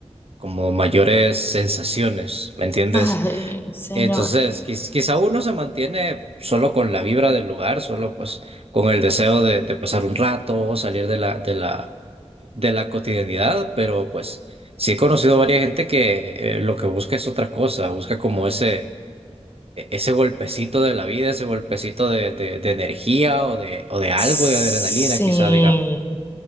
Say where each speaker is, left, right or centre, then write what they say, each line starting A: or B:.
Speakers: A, on the right; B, on the left.
A: como mayores sensaciones, ¿me entiendes?
B: Ay, señor.
A: Entonces, quiz- quizá uno se mantiene solo con la vibra del lugar, solo pues con el deseo de, de pasar un rato, salir de la, de la, de la cotidianidad, pero pues sí he conocido varias gente que eh, lo que busca es otra cosa, busca como ese e- ese golpecito de la vida, ese golpecito de, de- de energía o de, o de algo
B: Sí.
A: de adrenalina, quizá diga.